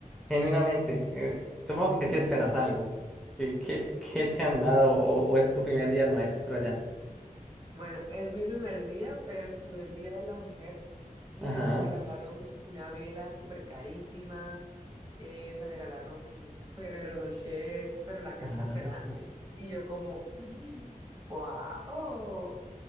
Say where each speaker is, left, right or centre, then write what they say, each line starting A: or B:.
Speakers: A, in the centre; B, on the right.
A: genuinamente, eh, supongo que sí esperas algo. ¿Qué, qué, qué te han dado o, o es tu primer día del maestro allá?
B: Bueno, es mi primer día, pero estuve el Día de la Mujer y
A: Ajá.
B: me regalaron una vela súper carísima, eh, me regalaron Ferrero Rocher, pero la caja
A: Ah.
B: grande. Y yo como, wow.